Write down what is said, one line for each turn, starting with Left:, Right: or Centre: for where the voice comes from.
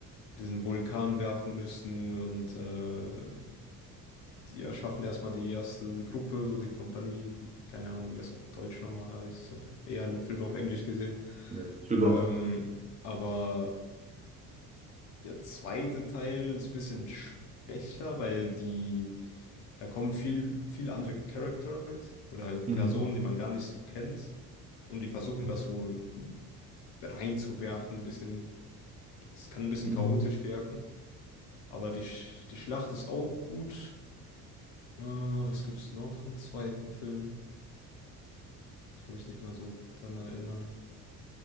Left: diesen Vulkan werfen müssen und äh, die erschaffen erstmal die erste Gruppe, so die Kompanie, die, keine Ahnung, wie das auf Deutsch nochmal heißt. Ich habe eher alle Filme auf Englisch gesehen.
Right: うんねSugar.
Left: Ähm, aber der zweite Teil ist ein bisschen schwächer, weil die, da kommen viel, viel andere Charakter halt, oder halt
Right: Mhm.
Left: Personen, die man gar nicht so kennt. Und die versuchen das so reinzuwerfen, ein bisschen, es kann ein bisschen
Right: Mhm.
Left: chaotisch wirken. Aber die, Sch- die Schlacht ist auch gut. Äh, was gibt's noch im zweiten Film? Kann mich nicht mal so dran erinnern.